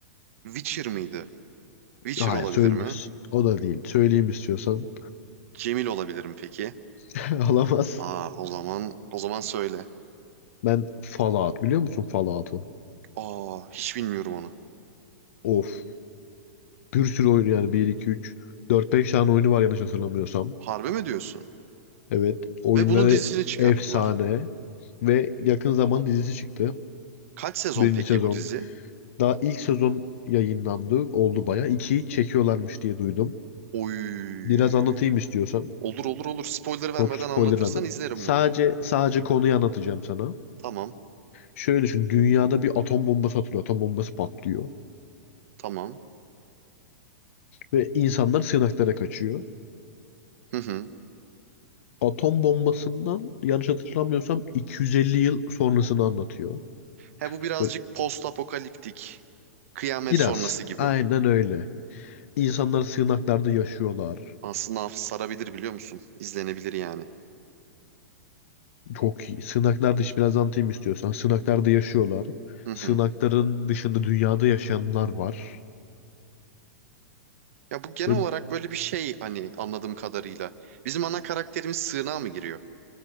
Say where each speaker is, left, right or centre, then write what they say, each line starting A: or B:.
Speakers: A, on the right; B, on the left.
A: Witcher mıydı? Witcher
B: Hayır
A: olabilir
B: söyle.
A: mi?
B: O da değil. Söyleyeyim istiyorsan.
A: Cemil olabilir mi peki?
B: <laughs> Alamaz.
A: Aa, o zaman o zaman söyle.
B: Ben Fallout biliyor musun Fallout'u?
A: Aa, hiç bilmiyorum onu.
B: Of. Bir sürü oyun yani bir 2 3 4 5 tane oyunu var yanlış hatırlamıyorsam.
A: Harbi mi diyorsun?
B: Evet. Oyunları
A: Ve bunun dizisini çıkarttılar.
B: efsane. Ve yakın zaman dizisi çıktı.
A: Kaç sezon
B: Birinci
A: peki
B: sezon.
A: bu dizi?
B: Daha ilk sezon yayınlandı. Oldu baya. İkiyi çekiyorlarmış diye duydum.
A: Oy.
B: Biraz anlatayım istiyorsan.
A: Olur olur olur. Spoiler
B: Çok
A: vermeden
B: spoiler
A: anlatırsan
B: verdim.
A: izlerim
B: Sadece
A: bunu.
B: sadece konuyu anlatacağım sana.
A: Tamam.
B: Şöyle düşün. Dünyada bir atom bombası atılıyor. Atom bombası patlıyor.
A: Tamam.
B: Ve insanlar sığınaklara kaçıyor.
A: Hı hı.
B: Atom bombasından yanlış hatırlamıyorsam 250 yıl sonrasını anlatıyor.
A: He bu birazcık
B: Böyle
A: post apokaliptik. Kıyamet
B: biraz.
A: sonrası gibi.
B: Aynen öyle. İnsanlar sığınaklarda yaşıyorlar.
A: Aslında sarabilir biliyor musun? İzlenebilir yani.
B: Çok iyi. Sığınaklar dışı biraz anlatayım istiyorsan. Sığınaklarda yaşıyorlar.
A: Hı hı.
B: Sığınakların dışında dünyada yaşayanlar var.
A: Ya bu genel
B: Ve
A: olarak böyle bir şey hani anladığım kadarıyla. Bizim ana karakterimiz sığınağa mı giriyor?